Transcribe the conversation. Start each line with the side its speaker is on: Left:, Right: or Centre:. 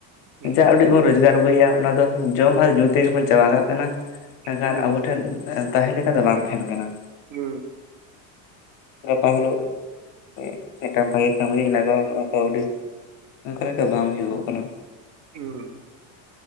Right: ᱦᱩᱸ
Left: ᱡᱟ ᱩᱰᱤᱜ ᱵᱚᱱ ᱨᱳᱡᱽᱜᱟᱨ ᱟᱹᱜᱩᱭᱮᱜᱼᱟ ᱚᱱᱟ ᱫᱚ ᱡᱚᱢ ᱟᱨ ᱧᱩ ᱛᱮᱜᱮ ᱵᱚᱱ ᱪᱟᱵᱟ ᱠᱟᱜ ᱠᱟᱱᱟ ᱢᱮᱠᱷᱟᱱ
Right: ᱦᱩᱸ
Left: ᱟᱵᱚ ᱴᱷᱮᱱ ᱛᱟᱦᱮᱸ ᱞᱮᱠᱟ ᱫᱚ ᱵᱟᱝ ᱛᱟᱦᱮᱸᱱ ᱠᱟᱱᱟ
Right: ᱦᱩᱸ
Left: ᱜᱟ-ᱜᱟᱯᱟ ᱦᱤᱞᱳᱜ ᱢᱤ-ᱢᱤᱫᱴᱟᱝ ᱵᱷᱟᱹᱭ ᱠᱟᱹᱢᱤ ᱞᱟᱜᱟᱣ ᱱᱚ-ᱚᱭ ᱦᱳᱭ ᱚᱝᱠᱟ ᱞᱮᱠᱟ ᱵᱟᱝ ᱦᱩᱭᱩᱜᱚᱜ ᱠᱟᱱᱟ
Right: ᱦᱩᱸ